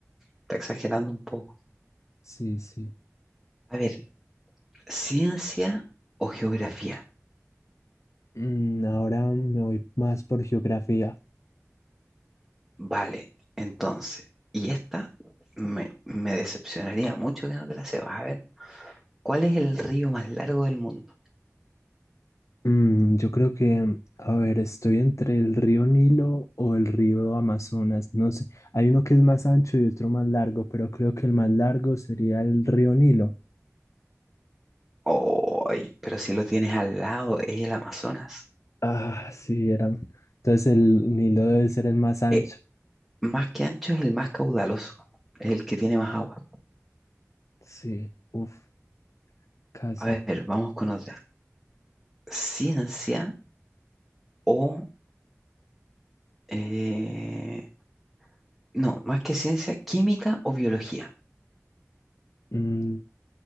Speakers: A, in the centre; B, on the left.
A: está exagerando un poco.
B: Sí, sí.
A: A ver, ciencia o geografía.
B: Mm, ahora me voy más por geografía.
A: Vale, entonces, y esta me, me decepcionaría mucho que no te la sepas. A ver, ¿cuál es el río más largo del mundo?
B: Mm, yo creo que, a ver, estoy entre el río Nilo o el río Amazonas, no sé. Hay uno que es más ancho y otro más largo, pero creo que el más largo sería el río Nilo.
A: ¡Ay! Pero si lo tienes al lado, es el Amazonas.
B: Ah, sí, era. Entonces el Nilo debe ser el más ancho.
A: Eh, más que ancho es el más caudaloso, es el que tiene más agua.
B: Sí, uff, casi.
A: A ver, vamos con otra. ciencia o, eh, no, más que ciencia, química o biología.
B: Mm,